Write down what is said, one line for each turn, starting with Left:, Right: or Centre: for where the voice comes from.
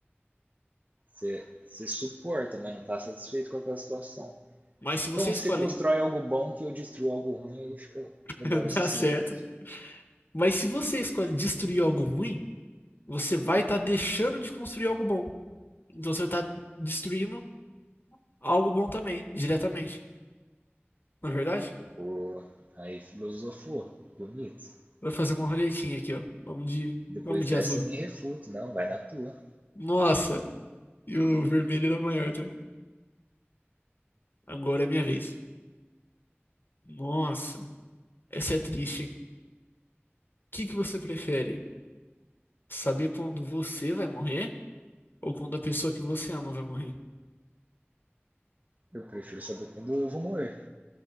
Right: Você, você suporta, mas não está satisfeito com aquela situação.
Left: Mas se você
Right: Então, você
Left: escolhe,
Right: constrói algo bom que eu destruo algo ruim e fica
Left: <laughs>
Right: melhor a sociedade.
Left: dá certo. Mas se você escolhe destruir algo ruim, você vai estar deixando de construir algo bom. Então você vai estar destruindo algo bom também, diretamente. Não é verdade?
Right: Pô, aí filosofou. Bonito.
Left: Vou fazer uma roletinha aqui, ó. Vamos de,
Right: Depois
Left: vamos de
Right: dessa
Left: azul.
Right: eu nem refuto, não, vai na tua.
Left: Nossa! E o vermelho era maior também. Agora é minha vez. Nossa, essa é triste, hein? O que que você prefere? Saber quando você vai morrer ou quando a pessoa que você ama vai morrer?
Right: Eu prefiro saber quando eu vou morrer.